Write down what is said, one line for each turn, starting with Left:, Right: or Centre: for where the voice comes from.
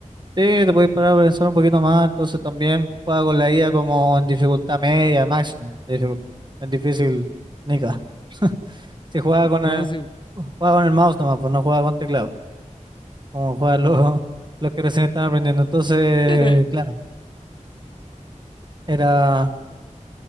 Right: sí, te puedes parar a pensar un poquito más. Entonces también juega con la IA como en dificultad media, máximo, de dificult- en difícil, nica. <laughs> Si juega con
Left: No,
Right: el,
Left: sí.
Right: juega con el mouse nomás, pues no juega con teclado, como juegan los, <laughs> los que recién están aprendiendo. Entonces,
Left: <laughs>
Right: claro, era.